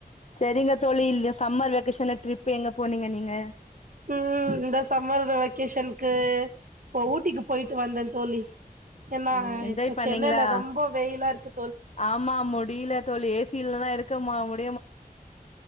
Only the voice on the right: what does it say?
ம் இந்த சம்மர்ல வெக்கேஷன்கு போ ஊட்டிக்கு போயிட்டு வந்தே தோழி ஏனா
இப்ப
சென்னைல ரொம்ப வெயிலாருக்கு